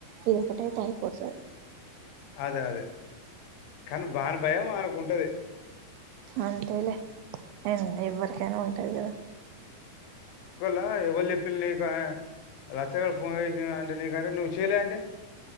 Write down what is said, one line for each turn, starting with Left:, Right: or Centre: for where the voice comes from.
Right: ఇదిొఒకటైతే అయిపోతుంది
Left: అదే అదే కానీ వాని భయం వనికి ఉంటది
Right: అంతేలే అం ఎవ్వరికైనా ఉంటది కదా
Left: లా ఎవరు చెప్పిల్ని లచ్చగాలు ఫోన్ చేసిండు అంటే గానీ నువ్వు చేయలే అంటే